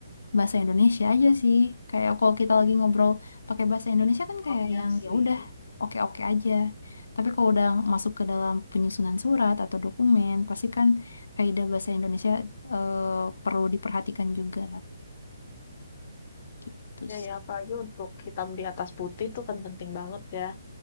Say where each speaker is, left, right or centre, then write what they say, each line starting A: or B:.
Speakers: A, on the left; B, on the left.
A: bahasa Indonesia aja sih kayak kalau kita lagi ngobrol pakai bahasa Indonesia kan kayak
B: oh iya
A: yang
B: sih.
A: ya udah oke oke aja tapi kalau udah masuk ke dalam penyusunan surat atau dokumen pasti kan kaidah bahasa Indonesia eh, perlu diperhatikan juga gitu
B: Iya
A: sih
B: ya apalagi untuk hitam di atas putih itu kan penting banget ya.